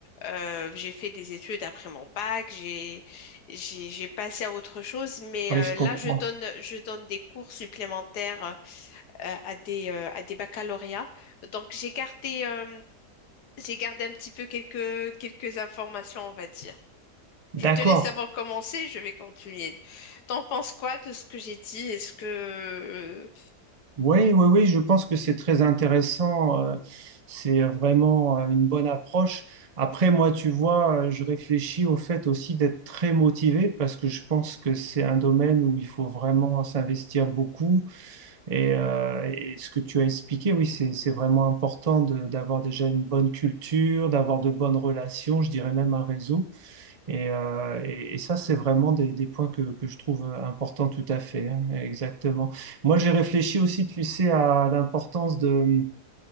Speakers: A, on the left (about 80°); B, on the right (about 50°).
A: euh, j'ai fait des études après mon bac, j'ai, j'ai, j'ai passé à autre chose, mais
B: Oui,
A: euh,
B: je
A: là,
B: comprends.
A: je donne, je donne des cours supplémentaires euh, à des, euh, à des baccalauréats. Donc, j'ai gardé, euh, j'ai gardé un petit peu quelques, quelques informations, on va dire. Je
B: D'accord.
A: te laisse d'abord commencer, je vais continuer. T'en penses quoi de ce que j'ai dit? Est-ce que...
B: Oui, oui, oui, je pense que c'est très intéressant. euh, C'est vraiment euh, une bonne approche. Après, moi, tu vois, euh, je réfléchis au fait aussi d'être très motivé parce que je pense que c'est un domaine où il faut vraiment s'investir beaucoup. Et, euh, et ce que tu as expliqué, oui, c'est, c'est vraiment important de- d'avoir déjà une bonne culture, d'avoir de bonnes relations, je dirais même un réseau. Et, euh, et- et ça, c'est vraiment des, des points que, que je trouve importants tout à fait, hein, exactement. Moi, j'ai réfléchi aussi, tu sais, à l'importance de